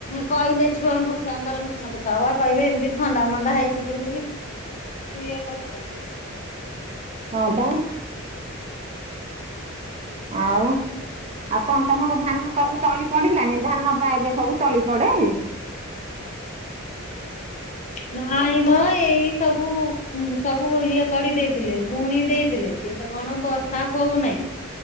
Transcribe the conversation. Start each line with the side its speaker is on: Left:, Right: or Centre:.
Left: କହିଲେ ଛୁଆଙ୍କୁୁ ତାଙ୍କର ମନ ଦୁଃଖ ହବ କହିବେ ଏମିତି ଥଣ୍ଡା ମଣ୍ଡା ହେଇଛି ବୋଲିକି ସବୁ ଇଏ କରୁଛନ୍ତି <unintelligible>
Right: ହଁ ବା ଆଉ ଆଉ କଣ ତମର ଧାନ ସବୁ ତଳି ପଡିଲାନି ଧାନ ପା ଏବେ ସବୁ ତଳି ପଡେ
Left: ନାଇଁ ମ ଏଇ ସବୁ ସବୁ ଇଏ କରିଦେଇଥିଲେ ବୁଣିଦେଇ ଥିଲେ ଇଏ ତ କଣ ବର୍ଷା ହଉନାହିଁ